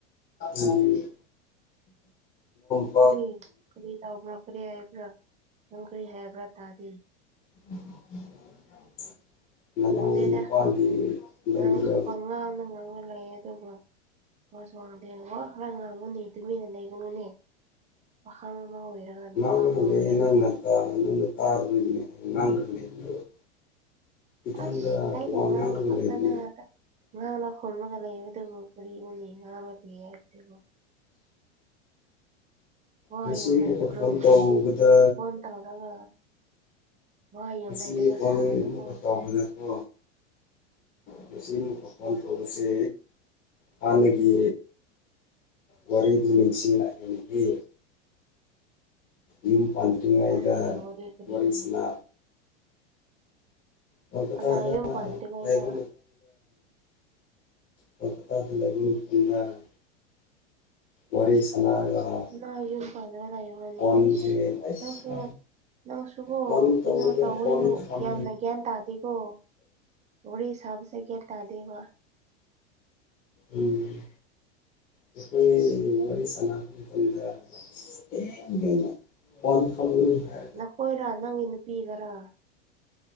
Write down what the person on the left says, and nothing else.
ꯎꯝ <inaudible>
<inaudible> ꯅꯅꯥꯎ
ꯅꯨꯄꯥꯒꯤ
ꯂꯧꯒꯦꯔꯥ
ꯉꯥꯡꯔꯒ
ꯂꯩꯌꯦ <inaudible> <unintelligible> ꯏꯊꯟꯗ
ꯋꯥ
ꯉꯥꯡꯂꯒ
ꯂꯩꯕꯅꯦ
ꯉꯁꯤ
ꯑꯃꯨꯛꯀ
ꯐꯣꯟ ꯇꯧꯕꯗ
ꯉꯁꯤ
ꯐꯣꯟ
ꯑꯃꯨꯛꯀ ꯇꯧꯕꯅꯦꯀꯣ ꯉꯁꯤ <inaudible> ꯇꯧꯕꯁꯦ ꯍꯥꯟꯅꯒꯤ ꯋꯥꯔꯤꯗꯨ ꯅꯤꯡꯁꯤꯡꯂꯛꯑꯦ ꯍꯦ ꯌꯨꯝ ꯄꯥꯟꯗꯔꯤꯉꯩꯗ
ꯋꯥꯔꯤ ꯁꯅꯥ ꯀꯣꯜꯀꯇꯥꯗ
ꯂꯩꯕ <inaudible> <unintelligible>
ꯀꯣꯜꯀꯇꯥꯗ ꯂꯩꯕ ꯃꯇꯥꯝꯗ ꯋꯥꯔꯤ <unintelligible>
ꯐꯣꯟꯁꯦ
ꯑꯁ
ꯐꯣꯟ
ꯇꯧꯔꯒ
ꯐꯣꯟ ꯊꯝ
ꯎꯝ ꯑꯩꯈꯣꯏ ꯑꯅꯤꯅ ꯋꯥꯔꯤ ꯁꯥꯟꯅꯕ ꯃꯇꯝꯗ ꯗꯦꯡ ꯗꯦꯡꯅ ꯐꯣꯟ ꯊꯝꯒꯅꯨ ꯍꯥꯏ